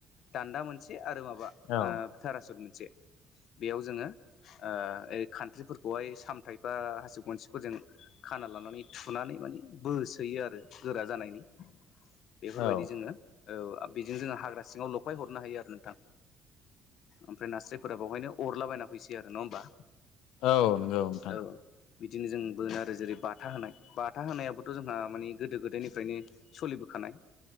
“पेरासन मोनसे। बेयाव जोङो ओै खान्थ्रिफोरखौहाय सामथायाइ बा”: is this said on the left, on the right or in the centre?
Left